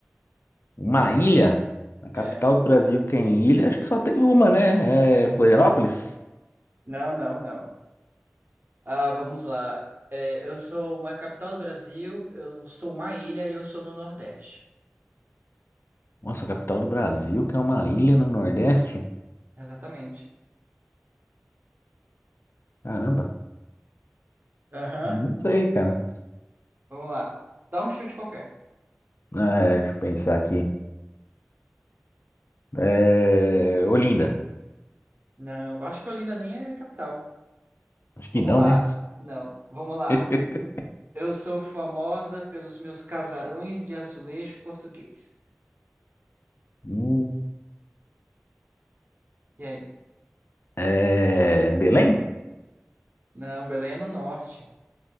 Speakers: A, on the left; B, on the right.
A: Uma ilha? Na capital
B: É.
A: do Brasil, que é em ilha, acho que só tem uma, né? É Florianópolis?
B: Não, não, não. Ah, vamos lá. É, eu sou uma capital do Brasil. Eu sou uma ilha e eu sou no Nordeste.
A: Nossa, a capital do Brasil, que é uma ilha no Nordeste?
B: Exatamente.
A: Caramba,
B: Aham.
A: não sei, cara.
B: Vamos lá. Dá um chute qualquer.
A: Ah, é, deixa eu pensar aqui. É... Olinda.
B: Não, eu acho que Olinda nem é capital.
A: Acho
B: Vamos
A: que não,
B: lá.
A: né?
B: Não, vamos lá.
A: <laughs>
B: Eu sou famosa pelos meus casarões de azulejo português.
A: Hum,
B: E aí?
A: é... Belém?
B: Não, Belém é no norte.